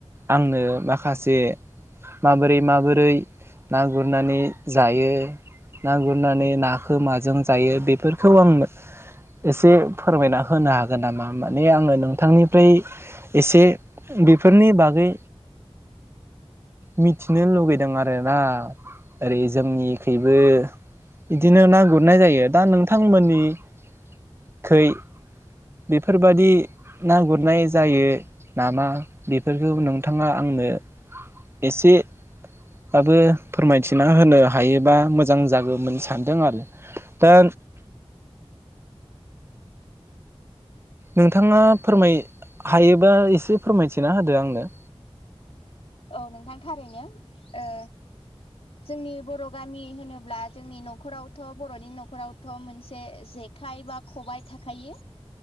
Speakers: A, on the right; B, on the left.
A: आंनो माखासे माबोरै माबोरै ना गुरनानै जायो ना गुरनानै नाखौ माजों जायो बेफोरखौ आं एसे फोरमायना होनो हाग हागोन नामा माने आङो नोंथांनिफ्राय एसे बेफोरनि बागै मिथिनो लुगैदों आरोना ओरै जोंनिखैबो बिदिनो ना गुरनाय जायो दा नोंथांमोननिखै बेफोरबादि ना गुरनाय जायो नामा बेफोरखौ नोंथाङा आंनो एसेबाबो फोरमायथिना होनो हायोबा मोजां जागौमोन सानदों आरो दा नोंथाङा फोरमाय हायोबा एसे फोरमायथिना होदो आंनो।
B: औ नोंथां थारैनो ओ जोंनि बर' गामि होनोब्ला जोंनि न'खरावथ' बर'नि न'खरावथ' मोनसे जेखाइ बा खबायाइ थाखायो